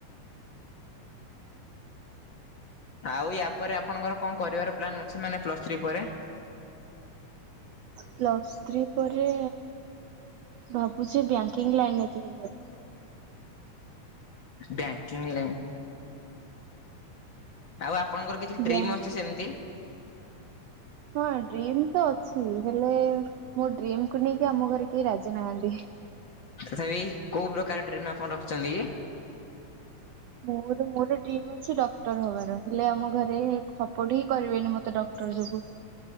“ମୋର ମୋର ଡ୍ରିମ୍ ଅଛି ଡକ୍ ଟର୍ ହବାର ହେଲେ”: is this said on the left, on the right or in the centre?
Right